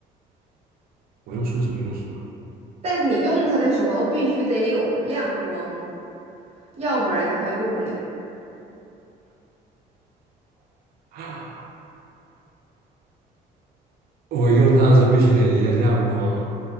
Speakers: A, on the right; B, on the right.
A: 我用梳子会用什么？
B: 但是你用它的时候必须得有亮光，要不然的话用不了。
A: <laughs> 我用它的时候必须得一亮光。